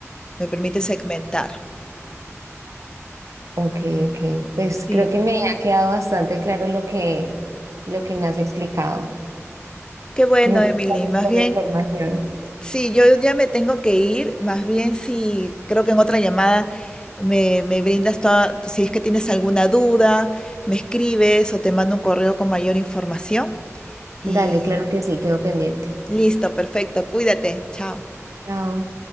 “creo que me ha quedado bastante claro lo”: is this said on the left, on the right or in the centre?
Right